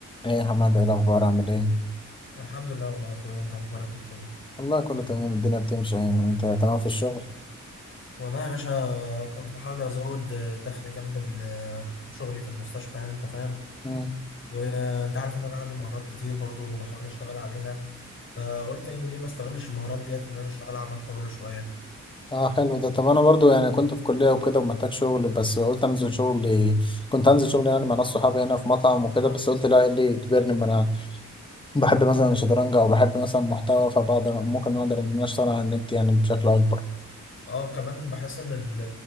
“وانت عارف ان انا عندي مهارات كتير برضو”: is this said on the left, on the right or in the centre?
Left